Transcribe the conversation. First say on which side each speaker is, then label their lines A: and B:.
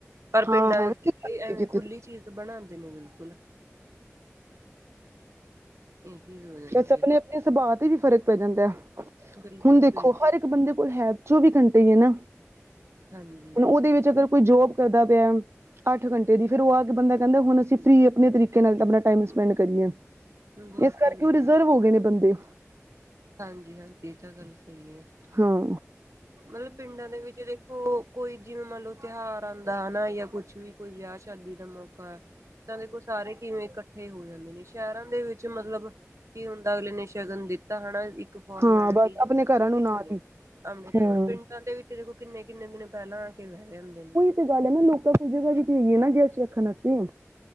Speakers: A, on the right; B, on the right.
A: ਪਰ ਪਿੰਡਾਂ
B: ਹਾਂ ਹਾਂ
A: ਦੇ, ਐਵੇਂ
B: ਕੀਤੀ
A: ਖੁੱਲੀ ਚੀਜ਼ ਬਣਾਉਂਦੇ ਨੇ, ਬਿਲਕੁਲ ਇਹ, ਚੀਜ਼ ਹੋ ਜਾਂਦੀ
B: ਬਸ ਆਪਣੇ
A: ਆ।
B: ਸੁਭਾਅ ਤੇ ਵੀ ਫ਼ਰਕ ਪੈ ਜਾਂਦਾ ਹੈ,
A: ਬਿਲਕੁਲ
B: ਹੁਣ ਦੇਖੋ
A: ਬਿਲਕੁਲ
B: ਹਰ ਇੱਕ ਬੰਦੇ ਕੋਲ ਹੈ। ਚੌਵੀ ਘੰਟੇ ਹੀ ਹੈ ਨਾ,
A: ਹਾਂਜੀ
B: ਉਹਦੇ ਵਿੱਚ ਅਗਰ ਕੋਈ ਜੋਬ ਕਰਦਾ ਪਿਆ ਅੱਠ ਘੰਟੇ ਦੀ, ਫਿਰ ਉਹ ਆ ਕੇ ਬੰਦਾ ਕਹਿੰਦਾ ਹੁਣ ਅਸੀਂ ਫ੍ਰੀ ਆਪਣੇ ਤਰੀਕੇ ਨਾਲ ਆਪਣਾ ਟਾਈਮ ਸਪੈਂਡ ਕਰੀਏ,
A: ਬਿਲਕੁਲ
B: ਇਸ ਕਰਕੇ
A: ਬਿਲਕੁਲ
B: ਉਹ ਰਿਜ਼ਰਵ ਹੋ ਗਏ ਨੇ ਬੰਦੇ।
A: ਹਾਂਜੀ -ਹਾਂਜੀ, ਇਹ ਤਾਂ ਗੱਲ ਸਹੀ ਹੈ।
B: ਹਾਂ।
A: ਮਤਲਬ, ਪਿੰਡਾਂ ਦੇ ਵਿੱਚ ਦੇਖੋ ਕੋਈ ਜਿਵੇਂ ਮੰਨ ਲਉ, ਤਿਉਹਾਰ ਆਉਂਦਾ ਹਨਾ, ਜਾਂ ਕੁਛ ਵੀ ਕੋਈ ਵਿਆਹ ਸ਼ਾਦੀ ਦਾ ਮੌਕਾ ਕਿੱਦਾਂ ਦੇਖੋ, ਸਾਰੇ ਕਿਵੇਂ ਇਕੱਠੇ ਹੋ ਜਾਂਦੇ ਨੇ, ਸ਼ਹਿਰਾਂ ਦੇ ਵਿੱਚ ਮਤਲਬ ਕੀ ਹੁੰਦਾ, ਅਗਲੇ ਨੇ ਸ਼ਗਨ ਦਿੱਤਾ ਹਨਾ, ਇੱਕ ਫੋਰਮੈਲਿਟੀ
B: ਹਾਂ ਬਸ
A: ਜੀ
B: ਆਪਣੇ
A: ਕੀਤੀ
B: ਘਰਾਂ
A: ਪੂਰੀ
B: ਨੂੰ ਨਾ
A: ਚਲੋ
B: ਦੀ
A: ਆਪਣੇ
B: ਹਮ
A: ਘਰਾਂ ਨੂੰ, ਪਿੰਡਾਂ ਦੇ ਵਿੱਚ ਦੇਖੋ, ਕਿੰਨੇ -ਕਿੰਨੇ ਦਿਨ ਪਹਿਲਾਂ ਆ ਕੇ ਬਹਿ ਜਾਂਦੇ ਨੇ।
B: ਇਹ ਗੱਲ ਹੈ ਨਾ, ਲੋਕਾਂ ਕੁਝ ਜਗ੍ਹਾ ਵੀ ਤੇ ਹੈਗੀ ਨਾ ਗੈਸਟ ਰੱਖਣ ਵਾਸਤੇ।